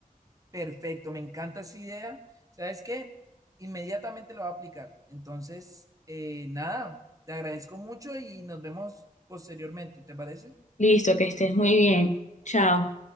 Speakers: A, on the right; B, on the left.
A: perfecto, me encanta esa idea. ¿Sabes qué? Inmediatamente lo voy a aplicar. Entonces, eh, nada, te agradezco mucho y nos vemos posteriormente, ¿te parece?
B: Listo, que estés muy bien. Chao.